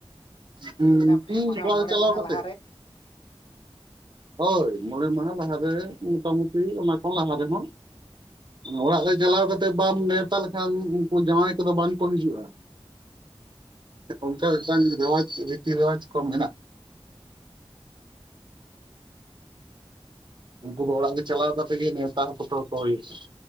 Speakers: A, on the right; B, on the left.
A: ᱦᱩᱸ
B: ᱛᱚ ᱟᱨ ᱯᱮ
A: ᱦᱩᱸ
B: ᱢᱟᱦᱟ ᱢᱚᱬᱮ
A: ᱪᱟᱞᱟᱣ
B: ᱢᱟᱦᱟ
A: ᱠᱟᱛᱮ
B: ᱞᱟᱦᱟᱨᱮ
A: ᱦᱳᱭ ᱢᱚᱬᱮ ᱢᱟᱦᱟ ᱞᱟᱦᱟᱨᱮ ᱢᱳᱴᱟᱢᱩᱴᱤ ᱚᱱᱟ ᱠᱷᱚᱱ ᱞᱟᱦᱟ ᱨᱮᱦᱚᱸ ᱚᱲᱟᱜ ᱨᱮ ᱪᱟᱞᱟᱣ ᱠᱟᱛᱮᱫ ᱵᱟᱢ ᱱᱮᱶᱛᱟ ᱞᱮᱠᱷᱟᱱ ᱩᱱᱠᱩ ᱡᱟᱶᱟᱭ ᱠᱚᱫᱚ ᱵᱟᱝ ᱠᱚ ᱦᱤᱡᱩᱜᱼᱟ <inaudible> ᱚᱱᱠᱟ ᱢᱤᱫᱴᱟᱱ ᱨᱮᱣᱟᱡᱽ ᱨᱤᱛᱤ ᱨᱮᱣᱟᱡᱽ ᱠᱚ ᱢᱮᱱᱟᱜᱼᱟ <inaudible> ᱩᱱᱠᱩ ᱫᱚ ᱚᱲᱟᱜ ᱨᱮ ᱪᱟᱞᱟᱣ ᱠᱟᱛᱮᱫ ᱜᱮ ᱱᱮᱣᱛᱟ ᱦᱚᱴᱚ ᱠᱟᱠᱚ ᱦᱩᱭᱩᱜᱼᱟ <inaudible>